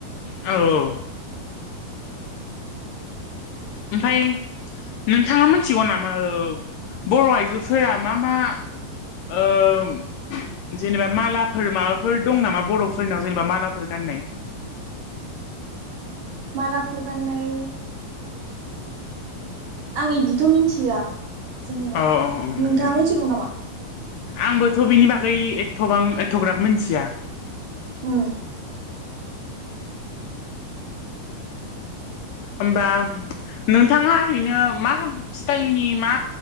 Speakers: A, on the left; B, on the right.
A: औ औ ओमफाय नोंथाङा मिथिगौ नामा औ बर' आइजोफोरा मा मा ओम जेनेबा मालाफोर माबाफोर दं नामा बर'फोरनाव जेनेबा मालाफोर गाननाय
B: मालाफोर गान्नाय आं इदिथ' मिथिया जेनेबा
A: अ अ अ उम
B: नोंथाङा
A: उम
B: मिथिगौ नामा
A: आंबोथ' बिनि बागै बागै एथबां एथ'ग्राब मिथिया
B: उम
A: हमबा नोंथाङा ओरैनो मा स्टाइलनि मा